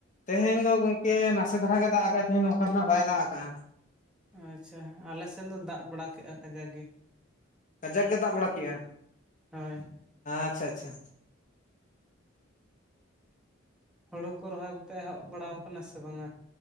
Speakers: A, on the left; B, in the centre.
A: ᱛᱮᱦᱮᱧ ᱫᱚ ᱜᱚᱝᱠᱮ ᱱᱟᱥᱮ ᱫᱷᱟᱨᱟ ᱜᱮ ᱫᱟᱜ ᱟᱠᱟᱜᱼᱟ᱾ ᱛᱮᱦᱧ ᱫᱚ ᱚᱱᱠᱟ ᱫᱚ ᱱᱟᱜᱷ ᱵᱟᱭ ᱫᱟᱜ ᱟᱠᱟᱟᱜᱼᱟ᱾
B: ᱟᱪᱪᱷᱟ ᱟᱞᱮ ᱥᱮᱱ ᱫᱚ ᱫᱟᱜ ᱵᱟᱲᱟ ᱠᱮᱜᱼᱟ ᱠᱟᱡᱟᱠ ᱜᱮ᱾
A: ᱠᱟᱡᱟᱠ ᱜᱮ ᱫᱟᱜ ᱵᱟᱲᱟ ᱠᱮᱫᱼᱟ
B: ᱦᱳᱭ
A: ᱟᱪᱪᱷᱟ ᱟᱪᱪᱷᱟ᱾
B: ᱦᱩᱲᱩ ᱠᱚ ᱨᱚᱦᱚᱭ ᱠᱚᱯᱮ ᱮᱦᱚᱵ ᱵᱟᱲᱟᱟᱣ ᱟᱠᱟᱱᱟ ᱥᱮ ᱵᱟᱝᱟ?